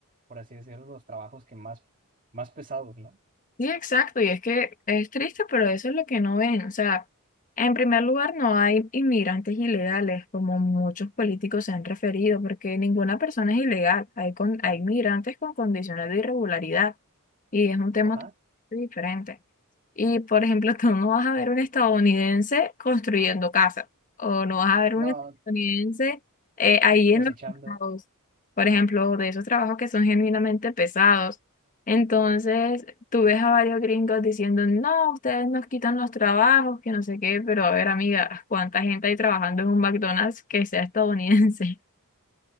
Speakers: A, on the right; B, on the left.
A: por así decirlo, los trabajos que más, más pesados, ¿no?
B: Sí, exacto, y es que es triste, pero eso es lo que no ven. O sea, en primer lugar, no hay inmigrantes ilegales, como muchos políticos se han referido, porque ninguna persona es ilegal. Hay, con, hay migrantes con condiciones de irregularidad, y es un tema
A: Ajá.
B: totalmente diferente. Y, por ejemplo, <laughs> tú no vas a ver un estadounidense construyendo casas, o no vas a ver
A: No,
B: un estadounidense eh, ahí
A: cosechando
B: en los trabajos, por ejemplo, de esos trabajos que son genuinamente pesados. Entonces, tú ves a varios gringos diciendo, no, ustedes nos quitan los trabajos, que no sé qué, pero a ver, amiga, ¿cuánta gente hay trabajando en un McDonald's que sea estadounidense? <laughs>